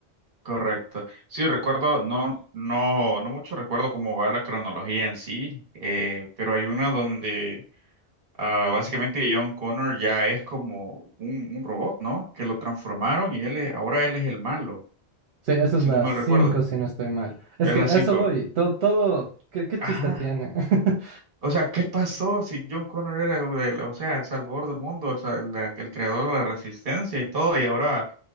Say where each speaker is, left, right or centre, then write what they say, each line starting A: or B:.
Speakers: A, on the right; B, on the right.
A: correcto. Sí, recuerdo, no, no, no mucho recuerdo cómo va la cronología en sí, eh, pero hay una donde ah, básicamente John Connor ya es como un, un robot, ¿no? Que lo transformaron y él es- ahora él es el malo.
B: Sí, eso
A: si
B: es las
A: no mal
B: 5
A: recuerdo.
B: si no estoy mal. Es
A: Es
B: que
A: las
B: a
A: cinco
B: eso voy. Todo, todo, ¿qué, qué
A: Ajá.
B: chiste tiene? <laughs>
A: O sea, ¿qué pasó si John Connor era, el- o sea, el salvador del mundo, o sea, el, la- el creador de la resistencia y todo, y ahora